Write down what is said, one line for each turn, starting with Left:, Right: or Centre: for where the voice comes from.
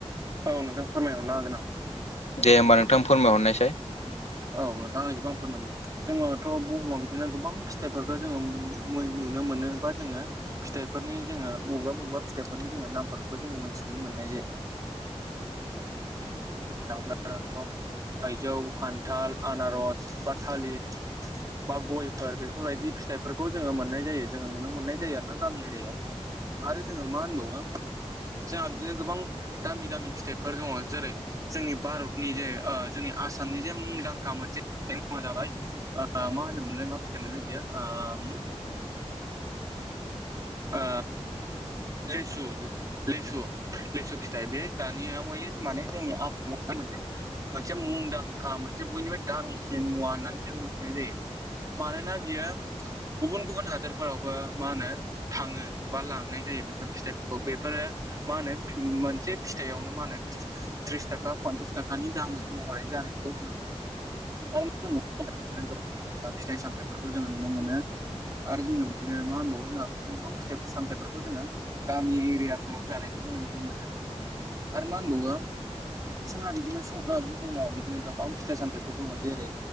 Right: औ नोंथां फोरमायहरनो हागोन आं
Left: दे होमबा नोंथां फोरमायहरनायसाय
Right: औ नोंथाङा एसेबां फोरमाय जोङोथ' बुहुमाव बिदिनो गोबां फिथाइफोरखौ जोङो नुनो मोनो बा जोङो फिथाइफोरनि जोङो बबेबा बबेबा फिथाइफोरनि जोङो नामफोरखौबो जोङो मोनथिनो मोननाय जाया थाङ्ला थाइजौ खान्थाल आनारस बा थालिर बा गयफोर बेफोरबायदि फिथाइफोरखौ जोङो मोननाय जायो जोङो नुनो मोननाय जायो आरो ना गामि एरियायाव आरो जोङो मा होनबावो जोंहा बिदिनो गोबां दामि दामि फिथाइफोर दङ जेरै जोंनि भारतनि जे जोंनि आसामनि जे मुंदांखा मोनसे मुङा जाबाय मा होनोमोनलाय मा फिथाइ मोनलाय बियो ओम ओ लेसु लेसु लेसु फिथाइ बे मुंदांखा मोननि मेचन मुवा होननानै जों मोनथिनाय जायो मानोना बियो गुबुन गुबुन हादोरफोरावबो मा होनो थाङो बा लांनाय जायो बेफोर फिथाइफोरखौ बेफोरो मा होनो मोनसे फिथथायावनो मा होनो त्रिस थाखा पन्सास थाखानि दामै महरै जानायखौ जों नुनो मोनो आरो मोन बिनो गोबां फिथाइ सामथ फोरफोरखौ जोङो नुनो मोनो आरो जोङो बिदिनो मा होनबावो जोंहा बिदिनो गोबां फिथाइ सामथायाइफोरखौ जोङो गामि एरियाफोराव जानायखौ जोङो नुनो मोनो आरो मा होनबावो जोंहा बिदिनो सम ओ बुहुमाव बिदिनो गोबां फिथाइ सामथाइफोर दङ जेरै